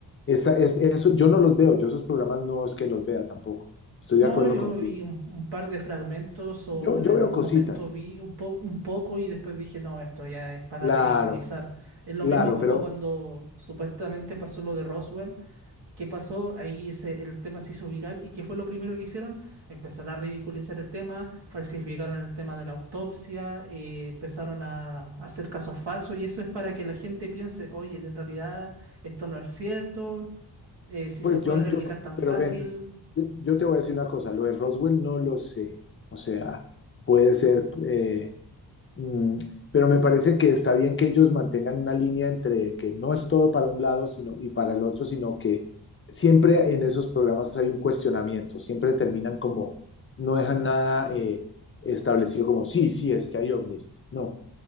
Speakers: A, on the left (about 30°); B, on the right (about 80°).
A: Esa, es, eso, yo no los veo, yo esos programas no es que los vea tampoco. Estoy
B: No,
A: de acuerdo
B: yo
A: contigo.
B: vi un, un par de fragmentos o
A: Yo, yo
B: en
A: veo
B: algún
A: cositas,
B: momento vi un poco, un poco y después dije, no, esto ya es para
A: claro,
B: ridiculizar. Es lo
A: claro,
B: mismo como
A: pero
B: cuando supuestamente pasó lo de Roswell ¿Qué pasó? Ahí se- el tema se hizo viral y ¿qué fue lo primero que hicieron? Empezar a ridiculizar el tema, falsificaron el tema de la autopsia, eh, empezaron a, a hacer casos falsos y eso es para que la gente piense, oye, en realidad esto no es cierto, eh, si
A: pues
B: se puede
A: yo,
B: replicar
A: yo,
B: tan
A: pero
B: fácil.
A: ven, yo te voy a decir una cosa, lo de Roswell no lo sé, o sea, puede ser, eh, Mm, pero me parece que está bien que ellos mantengan una línea entre que no es todo para un lado sino, y para el otro, sino que siempre en esos programas hay un cuestionamiento, siempre terminan como, no dejan nada eh, establecido como, sí, sí, es que hay ovnis. No,